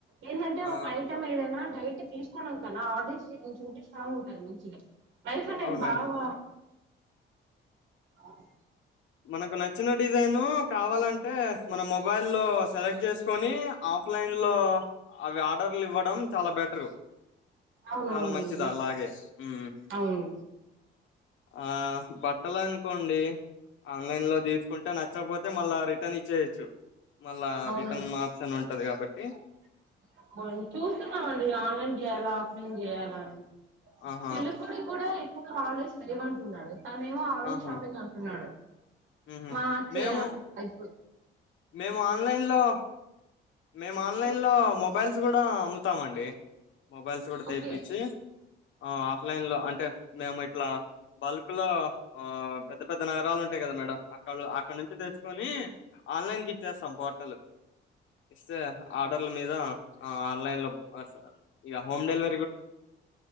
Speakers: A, on the right (about 75°); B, on the left (about 75°).
A: ఏంటంటే
B: ఆ
A: ఒక ఐటెం ఏదైనా డైట్ తీసుకోడా కన్నా ఆర్డ మంచి మంచింటే స్ట్రాంగ్ ఉంట మంచిగా ఫ టైం
B: అవునండి
A: బాదు అవు
B: మనకు నచ్చిన డిజైను కావాలంటే మన మొబైల్ సెలెక్ట్ చేసుకొని ఆఫ్లైన్ లో అవి ఆర్డర్లు ఇవ్వడం చాలా బెటరు
A: అవునవునండి
B: చాలా మంచిది అలాగే ఉ
A: అవును
B: ఆ బట్టలు అనుకోండి ఆన్లైన్ లో తీసుకుంటే నచ్చ చ్చపోతే మళ్ళా రిటర్న్ ఇచ్చేయొచ్చు మళ్ళా
A: అవునండి
B: రిటర్న్ ఆప్షన్ ఉంటది కాబట్టి
A: చూస్తున్నామండి ఆన్లైన్ చెయ్యలా ఆ ఏం చేయాల అని
B: ఆహా
A: పెళ్లికొడుక్కి కూడా ఎక్కువ హాలిడేస్ లేవంటున్నాడు తనేమో ఆన్లైన్
B: ఆహా
A: షాపింగ్ అంటున్నాడు
B: ఉహు
A: మాచ్చ
B: మేము
A: అయిపో
B: మేము ఆన్లైన్ లో మేము ఆన్లైన్
A: చెప్పండి
B: లో మొబైల్స్ కూడా అమ్ము వస్తామండి మొబైల్స్ కూడా తెప్పిచ్చి
A: ఓకే
B: ఆ లైన్ లో అంటే మేము ఇట్లా బల్క్ లో ఆ పెద్ద పెద్ద నగరాలు ఉంటాయి కదా మేడౕం అక్కడ అక్కడనుంచి తెచ్చుకొని ఆన్లైన్ కి ఇచ్చేస్తాం పోర్టల్ ఇస్తే ఆర్డర్ల మీద ఆ ఆన్లైన్ లో ఇక హోమ్ డెలివ